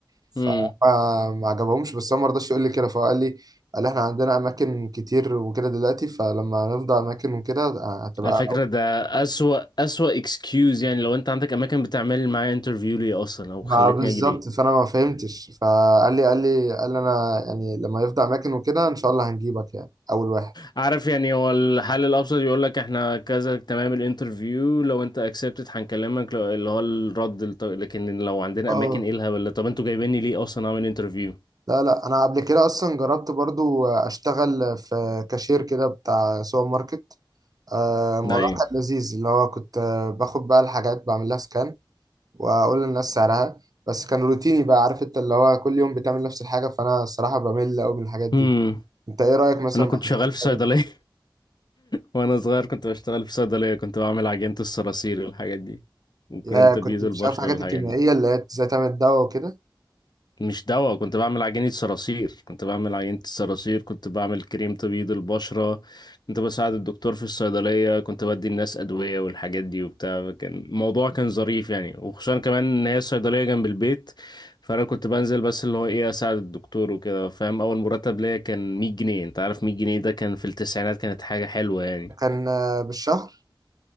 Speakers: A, on the right; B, on the left.
A: فما
B: هم
A: ما عجبهمش بس هو ما رضاش يقول لي كده فقال لي قال لي احنا عندنا اماكن كتير وكده دلوقتي فلما نفضى اماكن وكده آه، هتبقى
B: على فكرة ده أسوأ أسوأ اكسكيوز يعني لو انت عندك اماكن بتعمل معايا انترفيو ليه اصلا او
A: ما
B: خلتني
A: بالظبط
B: اجي ليه
A: فانا ما فهمتش فقال لي قال لي قال لي انا يعني لما يفضى اماكن وكده ان شاء الله هنجيبك يعني اول واحد
B: عارف يعني هو الحل الابسط يقول لك احنا كذا تمام الانترفيو لو انت اكسبتد هنكلمك لو- اللي هو الرد الط- لكن لو عندنا
A: اه
B: اماكن ايه الهبل ده؟ طب انتوا جايبيني ليه اصلا اعمل انترفيو
A: لا لا انا قبل كده اصلا جربت برضو اشتغل في كاشير كده بتاع سوبر ماركت آه، الموضوع
B: ايوه
A: كان لذيذ اللي هو كنت آه، باخد بقى الحاجات بعمل لها سكان واقول للناس سعرها بس كان روتيني بقى عارف انت اللي هو كل يوم بتعمل نفس الحاجه فانا الصراحه بمل قوي من الحاجات دي
B: هم
A: انت ايه رايك مثلا
B: انا كنت
A: مع حاجات
B: شغال
A: الدواء؟
B: في صيدلية وانا صغير كنت بشتغل في صيدلية كنت بعمل عجينة الصراصير والحاجات دي وكريم
A: يا
B: تبييض
A: كنت مش
B: البشرة
A: عارف الحاجات
B: والحاجات
A: الكيميائيه
B: دي
A: اللي هي ازاي تعمل دواء وكده
B: مش دواء كنت بعمل عجينة صراصير كنت بعمل عجينة الصراصير كنت بعمل كريم تبييض البشرة كنت بساعد الدكتور في الصيدلية كنت بدي الناس أدوية والحاجات دي وبتاع كان الموضوع كان ظريف يعني وخصوصا كمان إن هي الصيدلية جنب البيت فأنا كنت بنزل بس اللي هو إيه أساعد الدكتور وكده فاهم أول مرتب ليا كان 100 جنيه أنت عارف 100 جنيه ده كان في التسعينات كانت حاجة حلوة يعني
A: كان آه، بالشهر